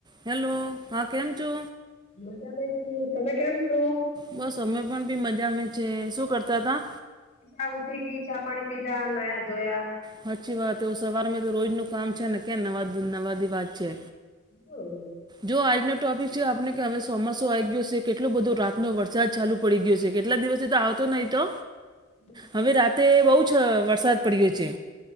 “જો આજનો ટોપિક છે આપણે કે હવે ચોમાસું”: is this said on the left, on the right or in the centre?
Right